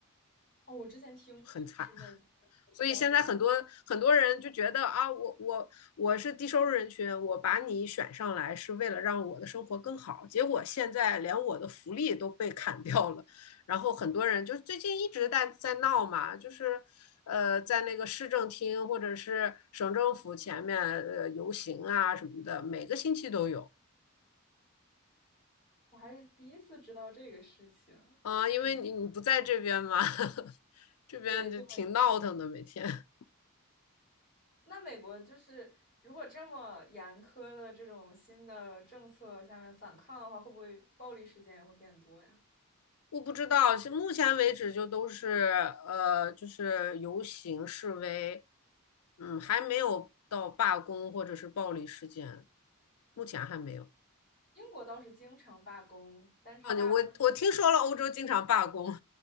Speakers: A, on the left; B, on the left.
A: 哦，我之前听过，
B: 很惨。
A: 就是美国的医疗费用特，
B: 所以现在很多很多人就觉得啊，我我我是低收入人群，我把你选上来是为了让我的生活更好，结果现在连我的福利都被砍掉了。然后很多人就最近一直在在闹嘛，就是呃，在那个市政厅或者是省政府前面呃游行啊什么的，每个星期都有。
A: 我还是第一次知道这个事情，
B: 啊，因为你你不在这边嘛，
A: 嗯，
B: <laughs> 这边就挺闹腾的，
A: 对对，
B: 每天。
A: 那美国就是如果这么严苛的这种新的政策下面反抗的话，会不会暴力事件也会变多呀？
B: 我不知道，是目前为止就都是呃，就是游行示威，嗯，还没有到罢工或者是暴力事件，目前还没有。
A: 英国倒是经常罢工，但是罢工，
B: 啊，我我听说了，欧洲经常罢工。